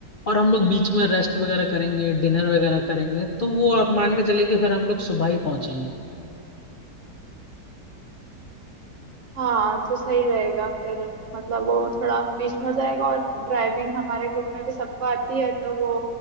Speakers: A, on the left; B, on the right.
A: और हम लोग बीच में रेस्ट वगैरह करेंगे डिनर वगैरह करेंगे तो वो आप मान के चलिए कि फिर हम लोग सुबह ही पहुंचेंगे
B: हाँ तो सही रहेगा फिर मतलब वो थोड़ा बीच में हो जाएगा और ड्राइविंग हमारे ग्रुप में भी सबको आती है तो वो